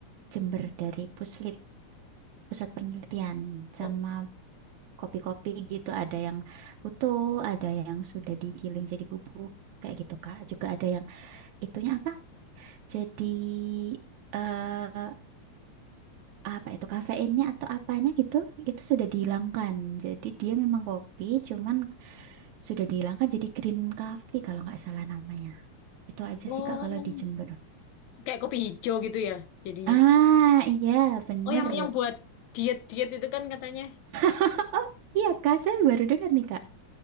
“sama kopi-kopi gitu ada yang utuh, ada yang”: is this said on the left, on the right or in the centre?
Right